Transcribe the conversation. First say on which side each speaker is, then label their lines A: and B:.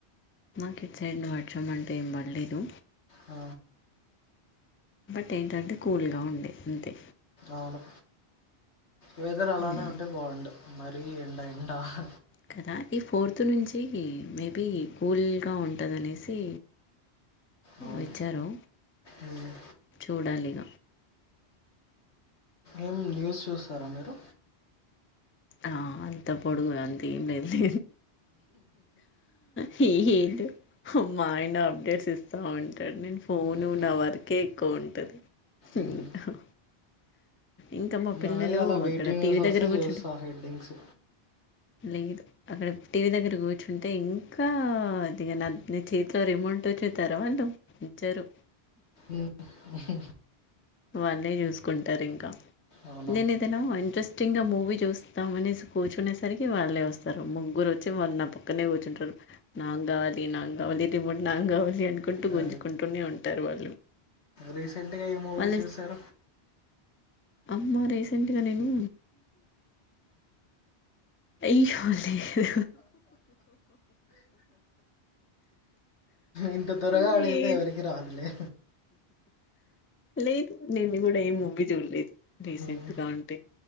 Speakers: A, on the left; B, on the left.
A: మాకిట్ సైడ్ను వర్షంమంటు ఏంబడలేదు
B: ఆ
A: బట్ ఏంటంటే కూల్గా ఉంది అంతే
B: అవును వెదర్ అలానే
A: ఉమ్
B: ఉంటే బావుండు మరీ ఎండ ఎండ అహ్
A: కదా ఈ ఫోర్త్ నుంచీ మేబీ కూల్గా ఉంటదనేసీ
B: అవును
A: వచ్చారూ
B: ఉమ్.
A: చూడాలిగ
B: ఏం న్యూస్ చూస్తారా మీరు
A: ఆ అంత పొడుగు అంత ఏం లేదు హే హేద్ హ మా ఆయన అప్డేట్స్ ఇస్తా ఉంటాడు నేన్ ఫోనూ
B: ఓకే
A: నా వర్కే ఎక్కువు హుంట
B: ఉమ్.
A: ఇంక మా పిల్లలూ
B: నాది అలా వెయిటింగ్
A: అక్కడ
B: న్యూస్
A: టీవీ
B: వస్తే
A: దగ్గర కూర్చుంటె
B: చూస్తా హెడ్డింగ్స్
A: లేదు అక్కడ టీవీ దగ్గర కూర్చుంటే ఇంకాదిగ నా నా చేతిలో రి మోటుచుతారా వాళ్ళు వుంచరు
B: ఉ ఉహ్హు
A: వాళ్ళే జూసుకుంటరింక
B: అవునా
A: నేనేదైనా ఇంట్రెస్టింగా మూ వీ చూస్తామనేసి కూర్చునేసరికి వాళ్ళే వస్తారు ముగ్గురొచ్చి వాళ్ళు నా పక్కన్నే కూర్చుంటరు నాగ్గావాలి నాగ్గావాలి రిమోట్ నాగ్గావాలి అనుకుంటు
B: ఆ,
A: గుంజుకుంటూనే ఉంటారు వాళ్ళు
B: రీసెంట్గా ఏ మూవీస్
A: వాళ్ళు
B: జూసార
A: అమ్మ రీసెంట్గా నేనూ అయ్యో లేదు
B: ఇంత త్వరగా
A: లేదు
B: అడిగితే ఎవరికి రాదులే
A: లేదు నేను గూడా ఏం మూవీ జూడ్లేదు రీసెంట్గా
B: ఉమ్,
A: అంటె